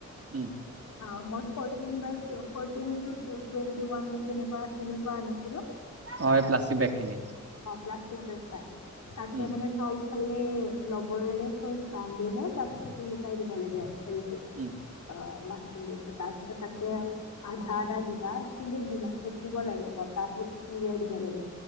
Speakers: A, on the right; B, on the left.
A: উম
B: অ মই ফৰ্টিনন বাই ফটিনন ই ত টুৱেন্টি ৱান নে তেনেকুৱা আনিছিলোঁ অ
A: অ এই প্লাষ্টিক বেগ খিনি
B: প্লাষ্টিক প্লাষ্টিক বেগ পায় তাতে
A: উম
B: মানে তল খালে ৰবৰেৰে ফাৰ্ষ্ট বান্ধি লয় তাৰ পিছত উলোতাই দিব লাগে হেৰিটো
A: উম
B: অ মাছৰুম বেগটো তাৰ পিছত তাতে আধা আধা দিবা কিন্তু যিমান সেচিব লাগে বতাহটো উলিয়াই দিব লাগে।